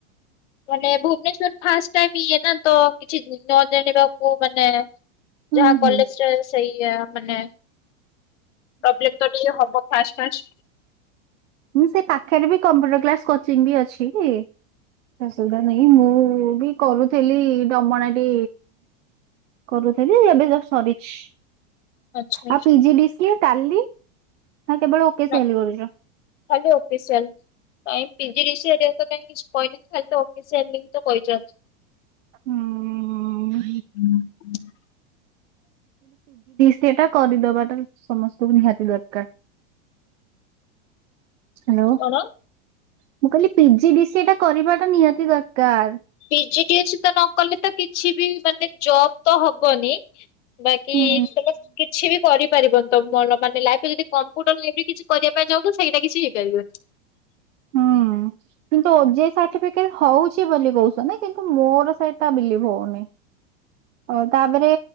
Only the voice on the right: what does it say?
ହୁଁ
ହୁଁ
ମୁଁ ସେ ପାଖରେ ବି କମ୍ପ୍ୟୁଟର କ୍ଲାସ କୋଚିଂ ବି ଅଛି କି? ସୁବିଧା ନାଇଁ ମୁଁ ବି କରୁଥିଲି ଡମଣାଟି କରୁଥୁଲି ଏବେ ଜଷ୍ଟ ସରିଚି
ଆଉ P G D C A Tally? ନା କେବଳ ଓକେ
ସେଲ କରୁଛ?
ହୁଁ।
ସେଟା କରିଦବାଟା ସମସ୍ତଙ୍କୁ ନିହାତି ଦରକାର। ହାଲୋ?
ମୁଁ କହିଲି ପି ଜି ଡି ସି ଏଟା କରିବାଟା ନିହାତି ଦରକାର।
ହୁଁ
ହଁ। କିନ୍ତୁ ଓ ଜେ ଇ ସାଟିଫିକେଟ ହୋଉଛି ବୋଲି କହୁଛନ୍ତି କିନ୍ତୁ ମୋର ସେଇଟା ବିଲିଭ୍ ହୋଉନି। ଆଉ ତାପରେ